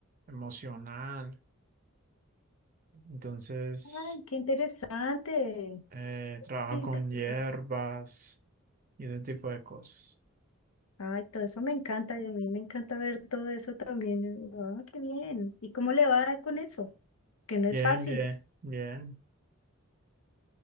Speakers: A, on the right; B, on the left.
A: emocional. Entonces,
B: ay, qué interesante.
A: eh,
B: Sí,
A: trabaja
B: qué
A: con
B: interesante.
A: hierbas y ese tipo de cosas.
B: Ay, todo eso me encanta y a mí me encanta ver todo eso también. Ah, qué bien. ¿Y cómo le va con eso? Que no es
A: Bien,
B: fácil.
A: bien, bien.